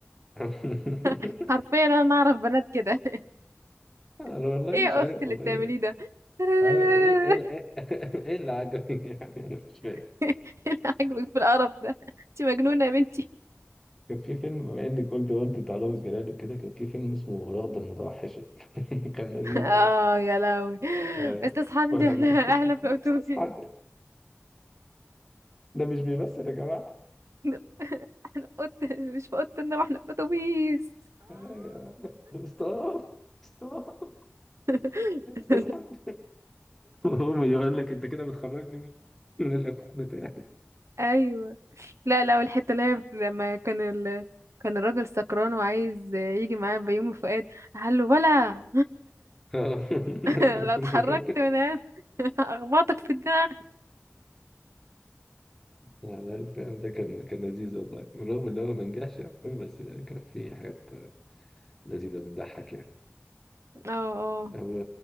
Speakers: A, in the centre; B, on the right.
A: <laughs>
B: <laughs> حرفيا انا اعرف بنات كده
A: أنا
B: <laughs>
A: والله
B: ايه
A: مش
B: يا
A: عارف
B: اختي اللي
A: والله
B: بتعمليه ده <laughs>
A: آه، إيه إيه إيه <laughs> إيه اللي عجبك يعني أنا مش فاهم
B: <laughs> إيه اللي عاجبك في القرف ده انت مجنونه يا بنتي
A: كان في فيلم بما اني كنت برضه بتاع رامز جلال وكده كان في فيلم اسمه رغدة المتوحشة <laughs> كان لذيذ
B: <laughs> اه يا لهوي
A: أيوة.
B: بس اصحاب انت
A: ولما
B: احنا احنا
A: <laughs>
B: في الاتوبيس
A: استاذ حد ده مش بيمثل يا جماعه
B: احنا احنا في أوضة- مش في اوضه النوم احنا في اتوبيس
A: أيوة. ستوب ستوب
B: <laughs>
A: يا استاذ حد هو يقول لك انت كده بتخرجني من من الايقاع بتاعي
B: ايوه لا لا والحته اللي هي بت- لما كان ال... كان الراجل سكران وعايز يجي معاه بيومي فؤاد قال له ولا
A: آه.
B: <laughs>
A: <laughs> هكون
B: لو اتحركت
A: فاكر
B: من هنا <laughs> اخبطك في دماغك
A: على الفيلم ده كان كان لذيذ والله بالرغم ان هو ما نجحش قوي بس يعني كان فيه حاجات لذيذه بتضحك يعني
B: اه اه
A: هو